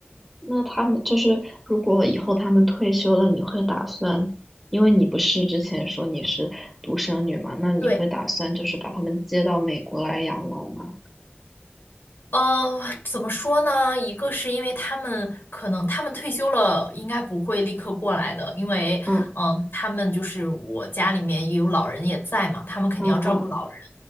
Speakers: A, in the centre; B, on the left.
A: 那他们就是如果以后他们退休了，你会打算，因为你不是之前说你是独生女嘛，那你会打算就是把他们接到美国来养老吗？
B: 对。呃，怎么说呢？一个是因为他们可能他们退休了，应该不会立刻过来的，因为嗯、
A: 嗯
B: 呃他们就是我家里面也有老人也在嘛，他们肯定要照顾老人。
A: 嗯嗯